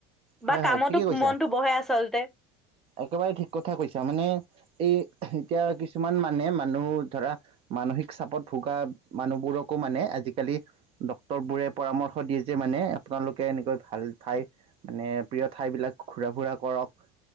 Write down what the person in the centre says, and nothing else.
বা
কামতো
মনটো বহে আচলতে